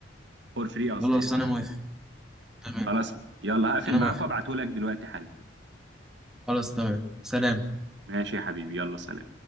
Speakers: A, on the right; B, in the centre.
A: فور فري قصدي
B: خلاص
A: اسف
B: أنا موافق تمام
A: خلاص يلا هقفل
B: أنا
A: معاك
B: موافق
A: وابعته لك دلوقتي حالا
B: خلاص تمام سلام
A: ماشي يا حبيبي يلا سلام